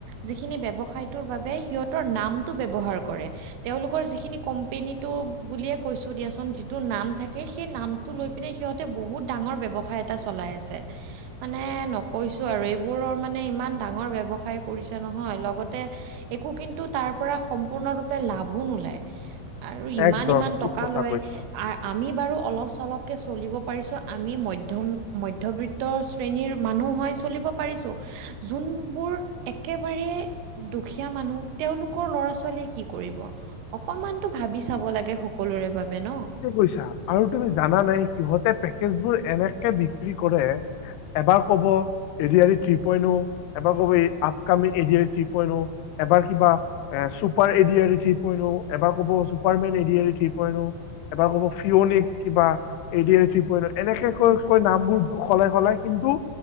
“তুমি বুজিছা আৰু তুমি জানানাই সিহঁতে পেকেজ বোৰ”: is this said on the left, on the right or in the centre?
Left